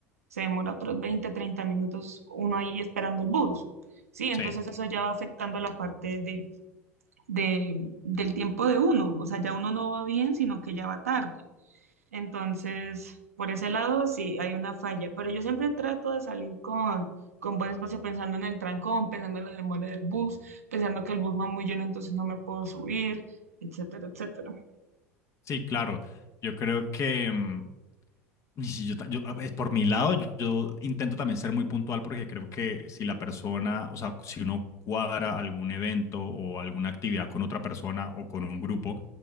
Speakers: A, on the right (about 80°); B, on the left (about 40°).
A: Se demora otros 20 30 minutos uno ahí esperando el bus. Sí,
B: Sí,
A: entonces eso ya va afectando la parte de, de- del tiempo de uno. O sea, ya uno no va bien, sino que ya va tarde. Entonces, por ese lado sí hay una falla. Pero yo siempre trato de salir con, con buen espacio pensando en el trancón, pensando en la demora del bus, pensando que el bus va muy lleno, entonces no me puedo subir, etcétera, etcétera.
B: sí, claro. Yo creo que mm, Y si yo, ta- yo, a ver, por mi lado, yo yo intento también ser muy puntual porque creo que si la persona, o sea, si uno cuadra algún evento o alguna actividad con otra persona o con un grupo,